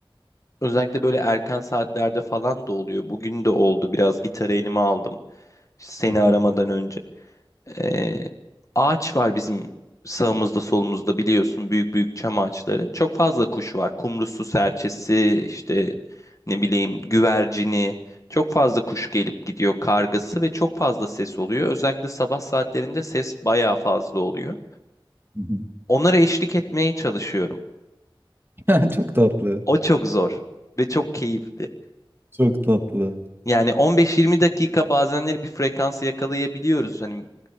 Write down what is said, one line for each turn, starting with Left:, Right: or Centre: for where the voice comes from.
Left: özellikle böyle erken saatlerde falan da oluyor. Bugün de oldu biraz gitarı elime aldım işte seni
Right: hı,
Left: aramadan önce. Ee, ağaç var bizim sağımızda solumuzda biliyorsun büyük büyük çam ağaçları. Çok fazla kuş var. Kumrusu, serçesi, işte ne bileyim güvercini. Çok fazla kuş gelip gidiyor kargası ve çok fazla ses oluyor. Özellikle sabah saatlerinde ses bayağı fazla oluyor.
Right: hı
Left: Onlara eşlik etmeye çalışıyorum.
Right: hı. <laughs> Çok tatlı.
Left: O çok zor ve çok keyifli.
Right: Çok tatlı.
Left: Yani 15-20 dakika bazenleri bir frekansı yakalayabiliyoruz. Hani